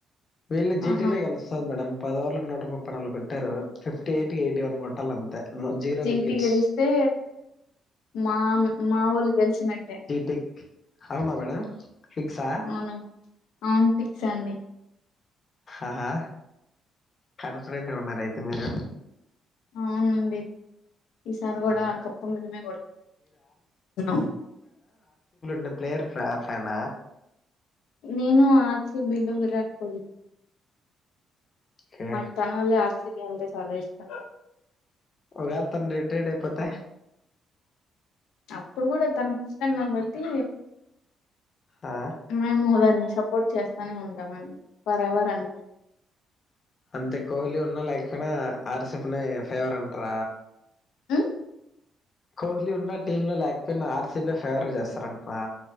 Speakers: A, on the left; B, on the left.
A: వీళ్లు జీ
B: ఆహా
A: టి నే గెలుస్తాది మేడం పది ఓవర్లకు నూట ముప్పై నాలుగు కొట్టారు. ఫిఫ్టీ ఎయిట్కి, ఎయిటీ వన్ కొట్టాలి అంతే జీరో
B: జీ
A: వికెట్స్
B: టి గెలిస్తే మా మా వోళ్లు గెలిచినట్టే
A: టెక్ అవునా మేడం ఫిక్సా
B: అవును అవును పిక్స్ అండి
A: ఆహా కాన్ఫిడెంట్గా ఉన్నారు అయితే మీరు
B: అవునండి ఈసారి కూడా
A: ఆ
B: కప్పు మనమే <unintelligible>
A: డే ప్లేయర్ ప్ర ఫ్యానా
B: నేను ఆర్ సి బిలో విరాట్ కోహ్లీ
A: ఓకే
B: మకి తన వల్లే ఆర్ సి అంటే చాలా ఇష్టం
A: ఒకవేళ తను రీట్రేడ్ అయిపోతే
B: అప్పుడు కూడా తనకిష్టం కాబట్టి
A: ఆ
B: మామోదాని సపోర్ట్ చేస్తా అని ఉంటామండి ఫర్ ఎవర్ అం
A: అంతే కోహ్లీ ఉన్నా లైక్ కనా ఆర్ సి బి నే ఫేవర్ అంటర
B: ఉమ్
A: కోహ్లీ ఉన్నా టీమ్ లో లేకపోయినా ఆర్ సి బి ఫేవర్ చేస్తారంట్రా